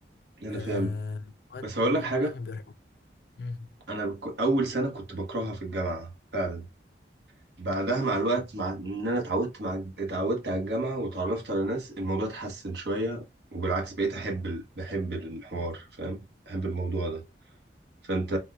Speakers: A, on the right; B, on the left.
A: أنا
B: آه
A: فاهم
B: مواد
A: بس هقول لك
B: زي
A: حاجة
B: ما بقول لك ما بيرحم مم.
A: انا بك... اول سنه كنت بكرهها في الجامعه فعلا بعدها مع الوقت مع ان انا اتعودت مع اتعودت على الجامعه وتعرفت على ناس الموضوع اتحسن شويه وبالعكس بقيت احب ال... بحب الحوار فاهم بحب الموضوع ده فانت